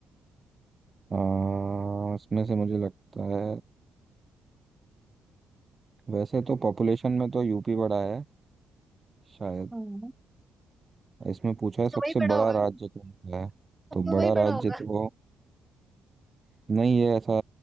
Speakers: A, on the right; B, in the centre.
A: आ, इसमें से मुझे लगता है वैसे तो पॉपुलेशन में तो यूपी बड़ा है शायद
B: हम्म
A: इसमें पूछा है सबसे
B: तो वही बड़ा
A: बड़ा
B: होगा
A: राज्य
B: ना
A: कौन सा है तो
B: तो
A: बड़ा
B: वही बड़ा
A: राज्य
B: होगा
A: तो नहीं है ऐसा